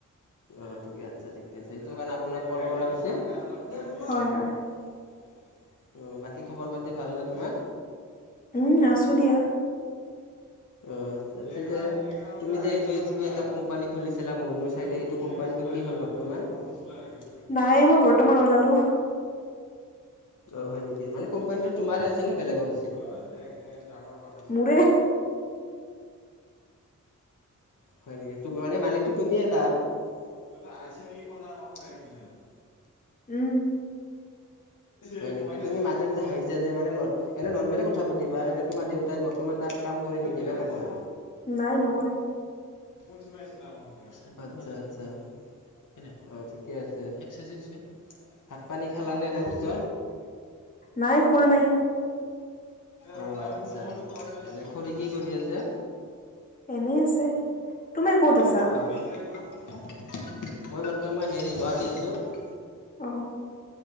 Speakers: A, on the left; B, on the left.
A: অ ঠিকে আছে ঠিকে আছে সেইটো কাৰণে আপোনাক কল কৰা হৈছে <unintelligible>
B: হয় হয়
A: উ বাকী খবৰ পাতি ভাল নে তোমাৰ
B: উম আছোঁ দিয়া
A: অ আচ্ছা পিছে যে তুমি যে এই যিটো এটা কোম্পানী খুলিছিলা মনো চাইদে সেইটো কোম্পানীটো কি হল বৰ্তমান তেজ ওলাই থাকিল ত
B: নাই মই বৰ্তমান ওলালো
A: অ হয় নেকি মানে কোম্পানীটো তোমাৰ আছিল নে বেলেগৰ আছিল <unintelligible>
B: মোৰে
A: হয় নেকি তু মানে মালিকটো তুমিয়ে তাৰ <unintelligible>
B: উম
A: হয় নেকি তুমি মাজে মাজে হাঁহিছা যে মানে এনো নৰ্মেল কথা পাতিবা এনে তোমাৰ দেউতাই বৰ্তমান তাত কাম কৰে নেকি না নকৰে
B: নাই নকৰে
A: আচ্ছা আচ্ছা কেনেকা ঠিকে আছে এক চাইজে হৈছে <unintelligible> ভাত পানী খালানে নাই পিছত
B: নাই খোৱা নাই
A: অ আচ্ছা এনে খুৰী কি কৰি আছে?
B: এনেই আছে তুমি কত আছা?
A: মই বৰ্তমান হেৰি গুৱাহাটী আছো
B: অ